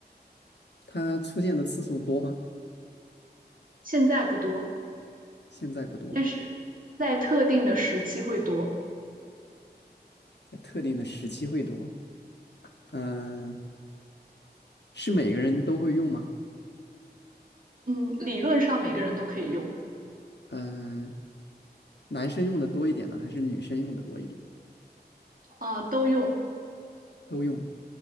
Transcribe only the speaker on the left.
它出现的次数多吗？
现在不多，
在特定的时期会多。嗯，是每个人都会用吗？
嗯，男生用的多一点呢，还是女生用的多一点？
都用，